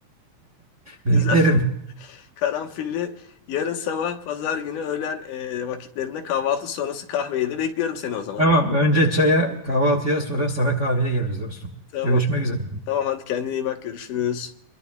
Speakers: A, on the right; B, on the left.
A: Beklerim.
B: Güzel. <laughs> Karanfilli yarın sabah pazar günü öğlen ee, vakitlerinde kahvaltı sonrası kahveyi de bekliyorum seni o zaman.
A: Tamam. Önce çaya, kahvaltıya sonra sana kahveye geliriz dostum.
B: Tamam.
A: Görüşmek üzere.
B: Tamam hadi kendine iyi bak görüşürüz.